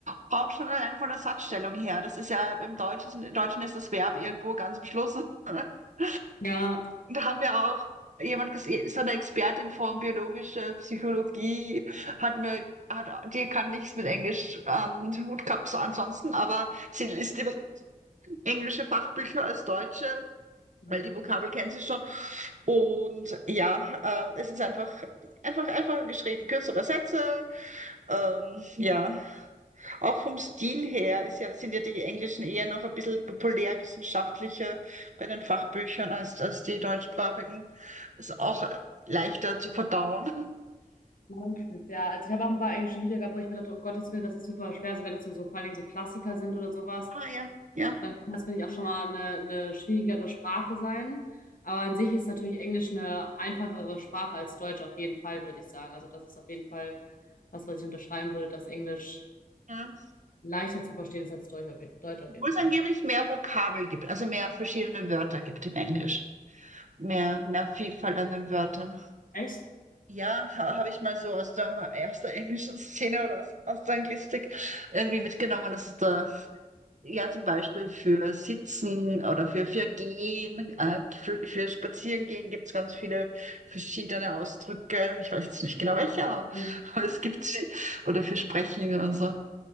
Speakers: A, on the right (about 55°); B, on the left (about 70°).
A: Auch schon allein von der Satzstellung her. Das ist ja im Deutschen, im Deutschen ist das Verb irgendwo ganz am Schluss. <laughs> Und
B: ja,
A: da haben wir auch jemand gesehen, so eine Expertin von biologischer Psychologie hat mir, hat, die kann nichts mit Englisch am Hut gehabt, so ansonsten, aber sie ist die englische Fachbücher als deutsche,
B: witzig.
A: weil die Vokabel kennen sie schon. Und ja, ähm, es ist einfach, einfach einfacher geschrieben, kürzere Sätze. Ähm, ja, auch vom Stil her ist ja, sind ja die Englischen eher noch ein bisschen populärwissenschaftlicher bei den Fachbüchern als, als die deutschsprachigen. Ist auch leichter zu verdauen.
B: Meistens, ja. Also ich habe auch ein paar englische Bücher gehabt, wo ich mir dachte, oh Gottes Willen, das ist super schwer, so wenn das so, so vor allen Dingen so Klassiker sind oder sowas.
A: Ah ja, ja,
B: Dann kann das, finde ich, auch schon mal eine, eine schwierigere Sprache sein. Aber an sich ist natürlich Englisch eine einfachere Sprache als Deutsch auf jeden Fall, würde ich sagen. Also das ist auf jeden Fall was, was ich unterschreiben würde, dass Englisch
A: ja.
B: leichter zu verstehen ist als Deutsch auf, je- Deutsch auf
A: Obwohl
B: jeden
A: es
B: Fall.
A: angeblich mehr Vokabel gibt, also mehr verschiedene Wörter gibt im Englischen. Mehr, mehr Vielfalt an den Wörtern.
B: Echt?
A: Ja, ha, habe ich mal so aus der, aus der englischen Szene oder aus, aus der Anglistik irgendwie mitgenommen. Das ist da, ja, zum Beispiel für Sitzen oder für, für Gehen, äh, für, für Spazierengehen gibt es ganz viele verschiedene Ausdrücke. Ich weiß jetzt nicht genau welche, aber,
B: Mhm.
A: aber es gibt sie. Oder für Sprechen oder so.